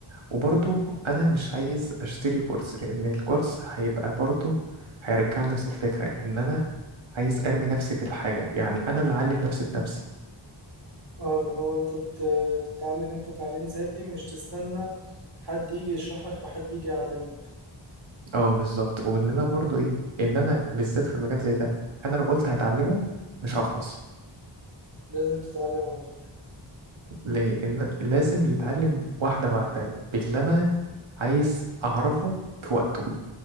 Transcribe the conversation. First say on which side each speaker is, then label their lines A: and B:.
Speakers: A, on the right; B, on the right.
A: وبرضو انا مش عايز اشتري كورس لان الكورس هيبقى برضو هيرجع لنفس الفكرة ان انا عايز ارمي نفسي في الحاجة يعني انا اللي اعلم نفسي بنفسي
B: اه اللي هو انت ت... تتعلم انت تعليم ذاتي مش تستنى حد يجي يشرح لك او حد يجي يعلمك
A: اه بالظبط وان انا برضو ايه ان انا بالذات في مجال زي ده انا لو قلت هتعلمه مش هخلص
B: لازم تتعلم على طول
A: لان لازم يتعلم واحده واحده باللي انا عايز اعرفه في وقته